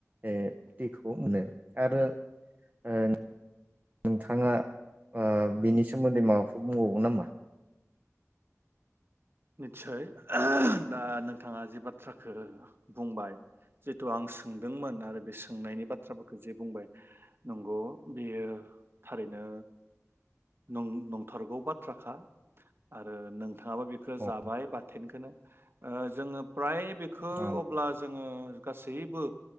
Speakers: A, on the right; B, on the right.
A: ए दिखौ मोनो आरो ओन नोंथाङा ओ बिनि सोमोन्दै माबाफोर बुंबावो नामा?
B: नितसय <unintelligible> दा नोंथाङा जि बाथ्राखो बुंबाय जितु आं सोंदोंमोन आरो बे सोंनायनि बाथ्राफोरखो जे बुंबाय नंग' बेयो थारैनो नं नंथारगौ बाथ्राखा आरो नों थाङाबो बेखो
A: औ
B: जाबाय बाथेनखोनो ओ जोङो फ्राय बेखौ
A: औ
B: अब्ला जोङो गासैबो